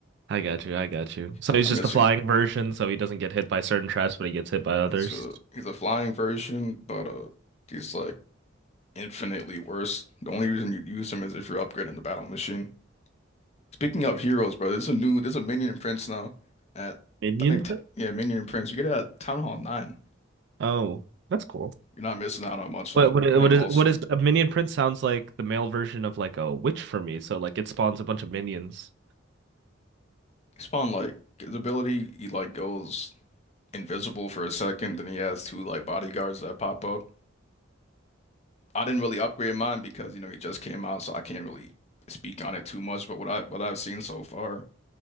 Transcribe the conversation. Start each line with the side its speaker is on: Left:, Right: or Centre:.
Right: I got you. I got you. So he's
Left: You're not
Right: just
Left: missing.
Right: the flying version, so he doesn't get hit by certain traps, but he gets hit by others.
Left: He's a he's a flying version, but uh, he's like infinitely worse. The only reason you'd use him is if you're upgrading the battle machine. Speaking of heroes, bro, there's a new there's a minion in prince now at
Right: Minion
Left: I think
Right: prince.
Left: t yeah minion in prince. You get it at Town Hall Nine.
Right: Oh, that's cool.
Left: You're not missing out on much
Right: What
Left: on,
Right: what
Left: on him.
Right: what is
Left: Also,
Right: what is a minion prince? sounds like the male version of like a witch for me. So like it spawns a bunch of minions.
Left: he spawned like his ability. He like goes. invisible for a second. Then he has two like bodyguards that pop up. I didn't really upgrade mine because you know he just came out, so I can't really speak on it too much. But what I what I've seen so far,